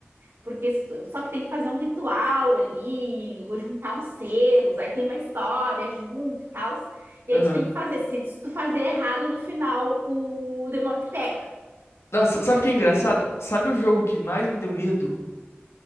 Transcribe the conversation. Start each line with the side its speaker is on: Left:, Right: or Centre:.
Right: Porque só que tem que fazer um ritual ali, ou juntar uns selos, aí tem uma história junto e tal. E
Left: Aham.
Right: aí tu tem que fazer. Se, se tu fazer errado no final, o demônio te pega.
Left: Nossa, sabe o que é engraçado? Sabe o jogo que mais me deu medo?